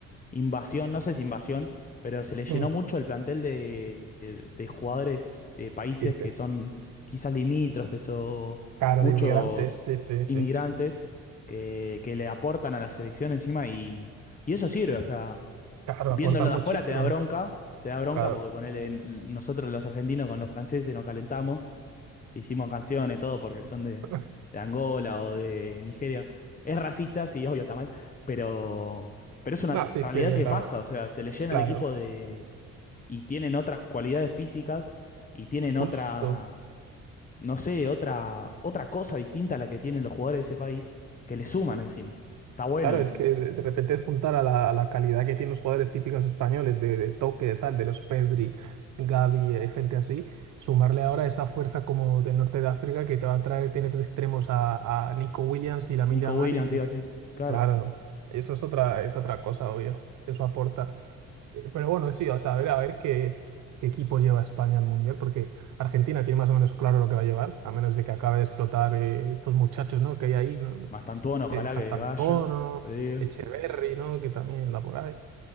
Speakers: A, on the left; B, on the right.
A: invasión, no sé si invasión, pero se le llenó
B: Mm,
A: mucho el plantel de, de, de jugadores de países
B: Sí,
A: que
B: de-
A: son quizás limítrofes o
B: caro
A: muchos
B: de inmigrantes, sí, sí,
A: inmigrantes
B: sí.
A: que, que le aportan a la selección encima y, y eso sirve, o sea,
B: Claro, aportan
A: viéndolo de
B: muchísimo.
A: afuera te da bronca, te da bronca
B: Claro.
A: porque ponele, nosotros los argentinos con los franceses nos calentamos le hicimos canciones, todo, porque son de,
B: <laughs>
A: de Angola o de Nigeria. Es racista, sí, obvio, está mal, pero, pero es una
B: No, sí,
A: realidad
B: sí, es verdad.
A: que pasa, o sea, se le llena
B: Claro.
A: el equipo de... y tienen otras cualidades físicas y tienen otra,
B: Justo.
A: no sé, otra, otra cosa distinta a la que tienen los jugadores de ese país, que le suman encima. Está bueno
B: Claro, es
A: eso.
B: que de, de repente es juntar a la, a la calidad que tienen los jugadores típicos españoles, de, de toque, de tal, de los Pedri, Gavi, eh, gente así, sumarle ahora esa fuerza como del norte de África que te va a traer tener de extremos a, a Nico Williams y Lamine
A: Nico
B: Yamal
A: Williams,
B: y
A: te iba a decir, claro,
B: Claro, eso es otra, es otra cosa, obvio. Eso aporta. Eh, Pero bueno, sí, o sea, a ver, a ver qué, qué equipo lleva España al Mundial, porque Argentina tiene más o menos claro lo que va a llevar, a menos de que acabe de explotar eh, estos muchachos, ¿no? que hay ahí, ¿no? no,
A: más Mastantuono, ojalá
B: eh, Mastantuono,
A: que vaya, te digo.
B: Echeverry, ¿no? que también da por ahí.